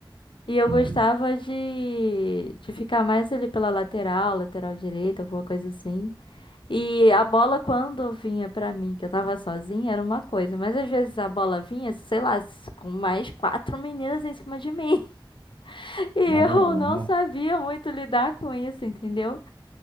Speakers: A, on the left; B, on the right.
A: E eu
B: Aí,
A: gostava de, de ficar mais ali pela lateral, lateral direita, alguma coisa assim. E a bola, quando vinha pra mim, que eu tava sozinha, era uma coisa. Mas às vezes a bola vinha, sei lá, s- com mais quatro meninas em cima de mim. <laughs> E eu
B: não,
A: não
B: né?
A: sabia muito lidar com isso, entendeu?